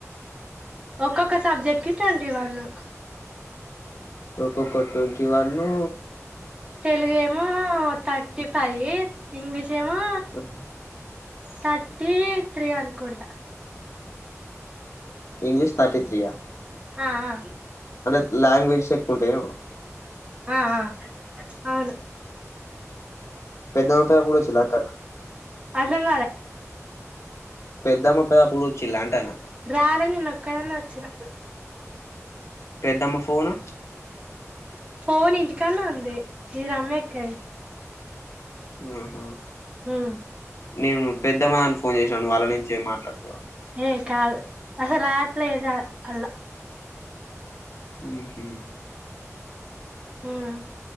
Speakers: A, on the right; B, on the left.
A: ఒక్కొక్క సబ్జెక్ట్కి టొంటి వన్ను
B: ఒక్కొక్కటి ట్వంటీ వన్ను.
A: తెలుగు ఏమో థర్టీ ఫైవ్, ఇంగ్లీష్ ఏమో
B: ఉ
A: థర్టీ త్రీ అనుకుంటా.
B: ఇంగ్లీష్ థటీ త్రీయా?
A: ఆ ఆ
B: అంటే లాంగ్వేజస్ ఎక్కువ ఉంటాయా?
A: ఆ ఆ అవును.
B: పెద్దమ్మ పెదప్పుడు చిన్నాక్కా
A: అర్థం గాలే
B: పెద్దమ్మ పెదప్పుడు వచ్చిలాంటనా?
A: రాలే నేను ఒక్కదాన్నే వచ్చిన.
B: పెద్దమ్మ ఫోను
A: ఫోన్ ఇంటికాన్నే ఉంది ఇది రమ్యా అక్కది.
B: ఆహా!
A: ఉమ్
B: నేను పెద్దమ్మా అని ఫోన్ చేసాను. వాళ్ళ నుంచే ఏం మాట్లాడతా.
A: ఏ కాదు అహా రావట్లేదు అల్లో
B: మ్ హు
A: ఉమ్